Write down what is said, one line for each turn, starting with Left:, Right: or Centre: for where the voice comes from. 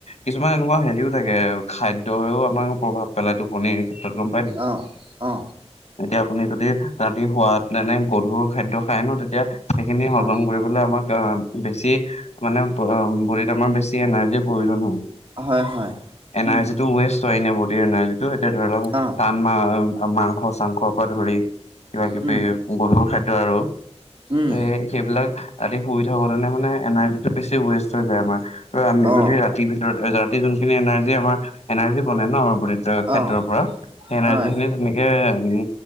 Left: কিছুমান এনেকুৱা হেৰিও থাকে খাদ্য হেও আমাক প্ৰভাৱ পেলাই টোপনিৰ ক্ষেত্ৰত গম পায় নাই?
Right: অ অ
Left: এতিয়া আপুনি যদি ৰাতি শুৱাত এনে গধুৰ খাদ্য খাই ন তেতিয়া সেইখিনি হজম
Right: অ
Left: কৰিব বুলে আমাক আ বেছি মানে বডীত আমাৰ বেছি এনাৰ্জিৰ প্ৰয়োজন হয়।
Right: হয় হয়
Left: এনাৰ্জিটো
Right: উম
Left: ৱেষ্ট হয় এনে বডিৰ এনাৰ্জিটো এতিয়া ধৰি লওক
Right: অ
Left: টান মাংস চাংসৰ পৰা ধৰি কিবা কিবি
Right: উম
Left: গধুৰ খাদ্য আৰু।
Right: উম
Left: হেই সেইবিলাক ৰাতি ফুৰি থাকোতেনে মানে এনাৰ্জিটো বেছি ৱেষ্ট হৈ যায় আমাৰ। আমি
Right: অ
Left: যদি ৰাতিৰ ভিতৰত ৰাতি যোনখিনি এনাৰ্জি আমাৰ এনাৰ্জি বনে ন। বডিত খাদ্যৰ
Right: অ
Left: পৰা সেই এনাৰ্জি
Right: হয়
Left: খিনি তেনেকে উম